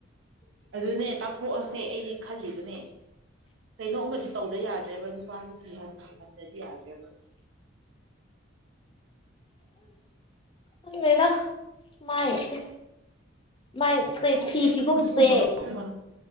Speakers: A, on the right (about 65°); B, on the left (about 25°).
A: ꯑꯗꯨꯅꯦ ꯇꯥꯛꯊꯣꯛꯑꯁꯦ ꯑꯩꯗꯤ ꯈꯜꯂꯤꯕꯅꯦ ꯀꯩꯅꯣꯃ ꯇꯧꯗ ꯌꯥꯗ꯭ꯔꯦꯕ ꯅꯨꯄꯥꯁꯨ ꯀꯤꯍꯟ ꯈꯪꯕꯜꯂꯤ ꯅꯗꯤ ꯑꯒꯦꯕ
B: ꯎꯜꯃꯦꯗꯥ ꯃꯥꯥꯏꯁꯦ ꯃꯥꯏ ꯁꯦ
A: ꯃꯔꯣꯜ
B: ꯊꯤꯈꯤꯒꯨꯝꯁꯦ
A: ꯑꯃ